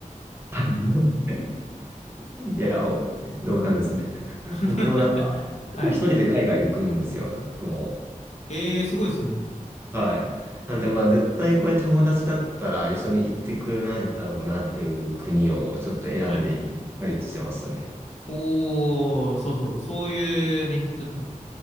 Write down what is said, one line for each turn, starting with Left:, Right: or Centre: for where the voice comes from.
Right: <laughs> はいいや、お、同感ですね。<laughs>
Left: <laughs>
Right: 僕もなんか、
Left: はい。
Right: 結構一人で海外行くんですよ、僕も。
Left: ええ、すごいですね。
Right: はい。なんで、まあ、絶対これ友達だったら一緒に行ってくれないだろうなっていう国をちょっと選んで行ったりしてますね。
Left: はい。おー、そうそう、そういうね、ちょっと、